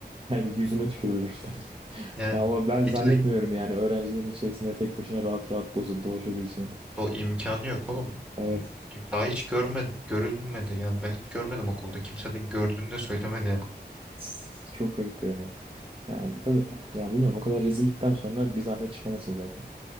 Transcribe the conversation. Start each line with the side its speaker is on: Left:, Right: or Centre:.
Right: Yani yüzüne tükürürler adam. <laughs>
Centre: Yani
Right: Ya o ben
Centre: İTÜ'deki
Right: zannetmiyorum yani öğrencilerin içerisinde tek başına rahat rahat dozu- dolaşabileceğini.
Centre: O imkanı yok oğlum.
Right: Evet.
Centre: Daha hiç görme görülmedi yani ben hiç görmedim okulda kimse de gördüğünü de söylemedi yani.
Right: Tss, Çok garip ya. Yani tabii. Ya bilmiyorum o kadar rezillikten sonra bir zahmet çıkamasın zaten.